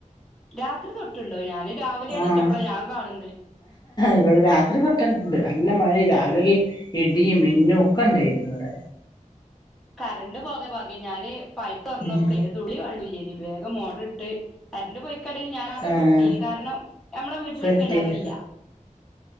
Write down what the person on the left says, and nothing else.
ആഹ്
ഇവിടെ രാത്രി തൊട്ടണണ്ട് നല്ല മഴെം രാവിലെങ്കി ഇടീം മിന്നും ഒക്കെ ഇണ്ടായിരുന്നു ഇവടെ
ഉം
ആഹ്
പെട്ടീന്ന്